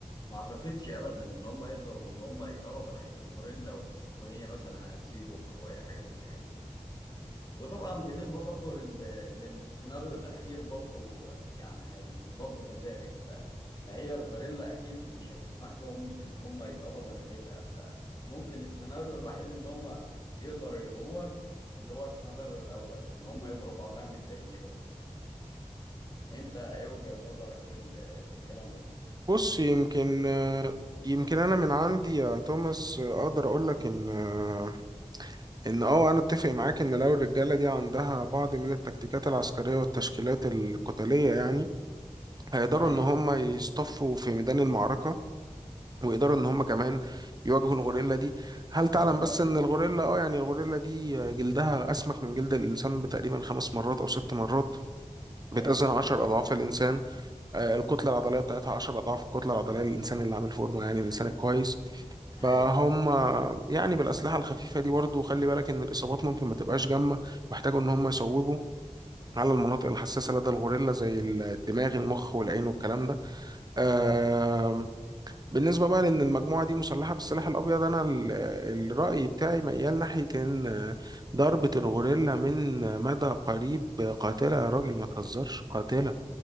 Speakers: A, on the left; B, on the right.
A: ما أعتقدش أبدا إن هم يقدروا إن هم يقربوا ناحية الغوريلا و- وهي مثلا هتسيبهم أو أي حاجة من الحاجات دي وطبعا بالنسبة برضه لل... للسيناريو الأخير برضه يعني هيكون برضه كذلك ف... فهي الغوريلا أكيد مش هتسمح لهم إن هم يقربوا ناحيتها فممكن السيناريو الوحيد إن هم يقدروا يغلبوها اللي هو السيناريو الأول إن هم يضربوا عليها من بعيد شوية انت ايه وجهة نظرك في ال- في الكلام ده
B: بص يمكن آه، يمكن انا من عندي يا توماس آه، اقدر اقول لك ان آه، ان اه انا اتفق معاك ان لو الرجاله دي عندها بعض من التكتيكات العسكريه والتشكيلات القتاليه يعني هيقدروا
A: ايوه
B: ان هم يصطفوا في ميدان المعركه ويقدروا ان هم كمان يواجهوا الغوريلا دي هل تعلم
A: يوجعوا
B: بس
A: شويه
B: ان الغوريلا اه يعني الغوريلا دي جلدها اسمك من جلد الانسان بتقريبا خمس مرات او ست مرات بتزن
A: ايوه
B: 10
A: ايوه
B: اضعاف
A: فعلا
B: الانسان آه، الكتله العضليه بتاعتها 10 اضعاف الكتله العضليه للانسان اللي عامل فورمه يعني الانسان الكويس
A: ايوه
B: فهم يعني بالأسلحة الخفيفة دي برضه خلي بالك إن الإصابات ممكن ما تبقاش جامة واحتاجوا إن هم يصوبوا على المناطق الحساسة لدى الغوريلا زي الدماغ المخ والعين والكلام ده آم،
A: فعلا
B: بالنسبة بقى لأن المجموعة دي مسلحة بالسلاح الأبيض أنا ال- الرأي بتاعي ميال ناحية إن ضربة الغوريلا من مدى قريب قاتلة يا راجل ما تهزرش قاتلة